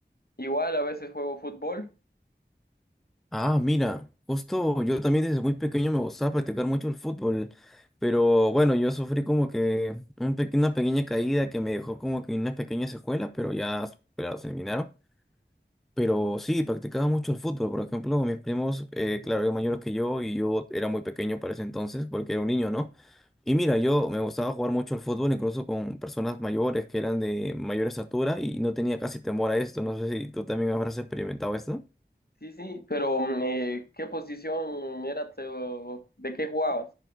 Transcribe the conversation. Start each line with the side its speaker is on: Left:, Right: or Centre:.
Left: Igual a veces juego fútbol,
Centre: Ah, mira, justo yo también desde muy pequeño me gustaba practicar mucho el fútbol, pero bueno, yo sufrí como que un pe- una pequeña caída que me dejó como que unas pequeñas secuelas, pero ya, claro, se eliminaron. Pero sí, practicaba mucho el fútbol, por ejemplo, mis primos, eh, claro, eran mayores que yo y yo era muy pequeño para ese entonces, porque era un niño, ¿no? Y mira, yo me gustaba jugar mucho el fútbol, incluso con personas mayores que eran de mayor estatura y no tenía casi temor a esto, no sé si tú también habrás experimentado esto.
Left: sí, sí, pero mm, eh, ¿qué posición era, tu- de qué jugabas?